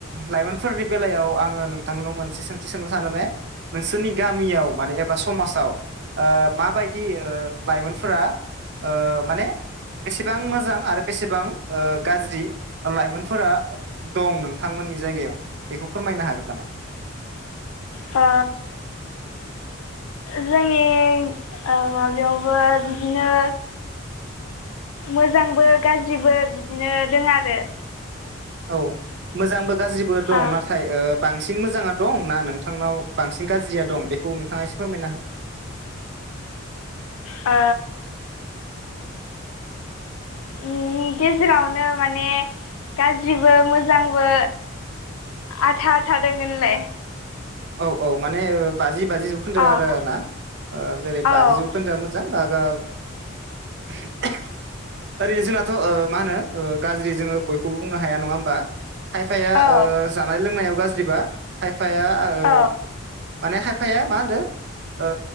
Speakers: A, on the right; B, on the left.
A: लाइमोनफोरनि बेलायाव आङो नोंथांनाव मोनसे सोंथि सोंनो सानो बे नोंसोरनि गामियाव माने एबा समाजाव माबाय बिदि लाइमोनफोरा माने बेसेबां मोजां आरो बेसेबां गाज्रि लाइमोनफोरा दं नोंथांमोननि जायगायाव बेखौ फोरमायनो हागोन नामा
B: ओ जोंनि माबायावबो बिदिनो मोजांबो गाज्रिबो बिदिनो दों आरो
A: औ मोजांबो गाज्रिबो दं
B: ओ
A: नाथाय ओ बांसिन मोजाङा दं ना नोंथांनाव बांसिन गाज्रिया दं बेखौ नोंथाङा एसे फोरमायना हो
B: ओ नि गेजेरावनो माने गाज्रिबो मोजांबो आधा आधा दोङोनलाय
A: औ औ माने बाजि बाजि जौखोन्दो
B: अ
A: आरो ना ओ जेरै
B: औ
A: बाजि जौखोन्दो <unintelligible> ओरैनो जोंनाथ' ओ मा होनो ओ गाज्रि जोङो बयखौबो बुंनो हाया नङा होमबा खायफाया
B: औ
A: ओ जानाय लोंनायाव गाज्रिबा खायफाया ओ
B: औ
A: माने खायफाया मा होनो ओ